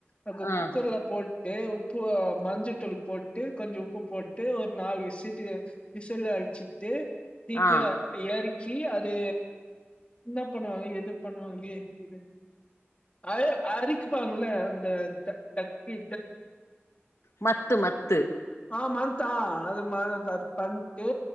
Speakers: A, on the left; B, on the left.
A: அ
B: ஆ
A: குக்கர்ல போட்டு உப்பு மஞ்ச தூள் போட்டு கொஞ்ச உப்பு போட்டு ஒரு நாலு விசட்டு விசில் அழச்சிட்டு தீப்பு
B: ஆ
A: ஏரி கி அது என்ன பண்ணுவாங்க எது பண்ணுவாங்களே இது அ அரிக்குப்பாங்கள அ அ அந்த தட்டி
B: மத்து மத்து
A: அஹ் மந்த் ஆஹ் அது அ ம பண் ட்டு